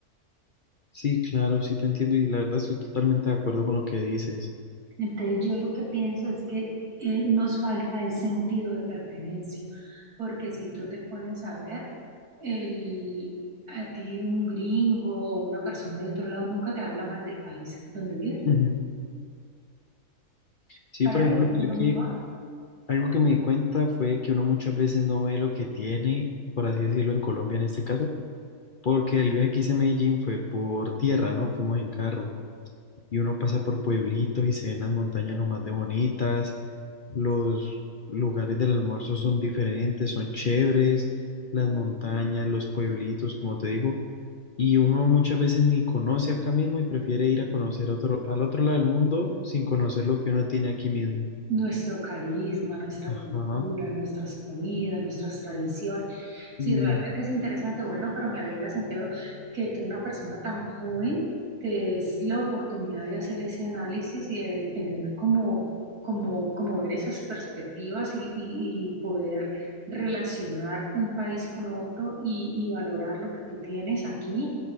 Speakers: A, on the left (about 45°); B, on the right (about 85°).
A: sí, claro, sí te entiendo y la verdad estoy totalmente de acuerdo con lo que dices.
B: Entonces, yo lo que pienso es que eh, nos falta ese sentido de pertenencia, porque si tú te pones a ver, el, a ti un gringo o una persona de otro lado nunca te habla mal del país donde vive.
A: Ujú. Sí,
B: Para
A: por ejemplo,
B: él es
A: es
B: lo mejor.
A: que algo que me di cuenta fue que uno muchas veces no ve lo que tiene, por así decirlo, en Colombia en este caso, porque el viaje que hice a Medellín fue por tierra, ¿no? Fuimos en carro. y uno pasa por pueblitos y se ven las montañas lo más de bonitas, los lugares del almuerzo son diferentes, son chéveres, las montañas, los pueblitos, como te digo, y uno muchas veces ni conoce acá mismo y prefiere ir a conocer a otro, al otro lado del mundo sin conocer lo que uno tiene aquí mismo.
B: nuestro carisma, nuestra
A: Ajá,
B: cultura, nuestras comidas, nuestras tradiciones. Sí,
A: y
B: realmente es interesante, bueno, pero me alegra, Santiago, que tú, una persona tan joven, te des la oportunidad de hacer ese análisis y de tener como, como, como ver esas perspectivas y, y- y poder relacionar un país con otro y, y valorar lo que tú tienes aquí.